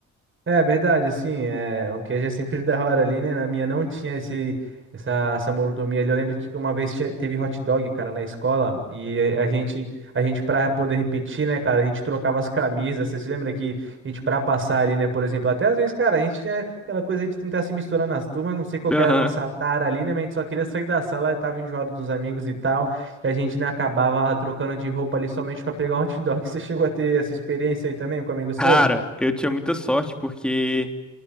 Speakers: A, on the right; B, in the centre.
A: É verdade, assim, é, o queijo é sempre da hora ali, né? Na minha não tinha esse, essa, essa mordomia ali. Eu lembro que uma vez tinha- teve hot dog, cara, na escola, e a gente, a gente pra poder repetir, né, cara, a gente trocava as camisas. Você se lembra que a gente pra passar ali, né, por exemplo, até às vezes, cara, a gente tinha aquela coisa de tentar se misturar nas turmas, não sei qual
B: Aham.
A: que era a nossa tara ali, né, mas a gente só queria sair da sala, tava enjoado dos amigos e tal, e a gente, né, acabava trocando de roupa ali somente pra pegar um hot dog. <laughs> Você chegou a ter essa experiência aí também com um amigo seu?
B: Cara, eu tinha muita sorte porque